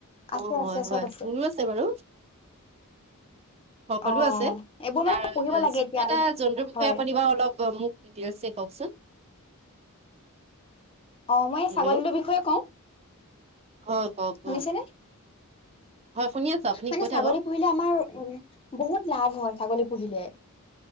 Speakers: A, on the left (about 25°); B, on the right (about 30°).
A: আছে
B: অ হয়
A: আছে
B: হয়
A: চব আছে
B: মোৰো বাৰু সকলো
A: অ।
B: আছে
A: এইবোৰ
B: তাৰ
A: মানে পুহিব
B: যিকোনো
A: লাগে এতিয়া
B: এটা
A: আৰু
B: জন্তুৰ বিষয়ে
A: হয়
B: আপুনি বাৰু অলপ মোক ডিটেইলচছে কওকচোন?
A: অ মই
B: হেল্ল'
A: ছাগলীৰ বিষয়ে কওঁ।
B: হয় কওক
A: শুনিছেনে?
B: কওক হয় শুনি আছো আপুনি
A: মানে
B: কৈ
A: ছাগলী
B: থাকক
A: পুহিলে আমাৰ উ বহুত লাভ হয় ছাগলী পুহিলে।